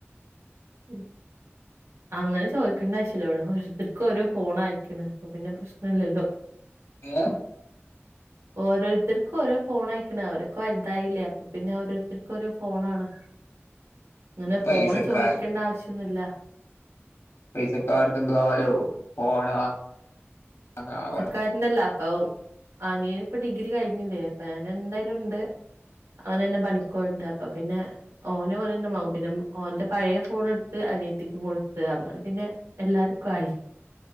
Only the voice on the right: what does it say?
ഏ അങ്ങനെ ചോദിക്കണ്ട ആശ്യമല്ല ഇവിടെ ഒഓത്തർക്കുരോ ഫോൺ അയക്കണ് അപ്പോ പിന്നെ പ്രശ്നം ണല്ലല്ലോ
ഓരോരുത്തർക്കും ഓരോ ഫോൺ അയക്കണ അവരക്കെ വലുതായില്ലേ പിന്നെ ഓരോരുത്തർക്ക് ഓരോ ഫോൺ ആണ് ഇങ്ങനെ
ഫോണ് ചോദിക്കണ്ട ആവശ്യൊന്നില്ല
കാരണ്ടല്ല അപ്പൊ ആനിയൻ ഇപ്പ ഡിഗ്രി കഴിഞ്ഞില്ലേ അപ്പൊ എന്തായാലും ഉണ്ട്. അവനന്നെ പണിക്കോണ്ട് അപ്പൊ പിന്നെ. ഓന് ഓനന്ന വങ്ങും പിന്നെ ഓന്റെ പഴയ ഫോൺ എടുത്ത് അനി ത്തിക്കും കൊടുത്ത് അങ്ങനെ പിന്നെ എല്ലാർക്കും ആയി.